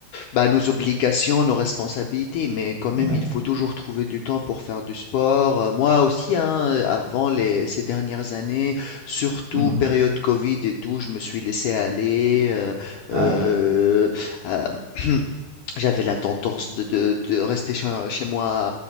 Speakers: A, on the left (about 75°); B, on the right (about 50°).
A: bah, nos obligations, nos responsabilités, mais quand même,
B: Ouais.
A: il faut toujours trouver du temps pour faire du sport. Euh, moi aussi, hein, euh, avant les, ces dernières années, surtout
B: Mhm.
A: période Covid et tout, je me suis laissé aller. euh,
B: Ah
A: euh,
B: oui.
A: euh, <clears throat> J'avais la tendance de, de- de rester chez, chez moi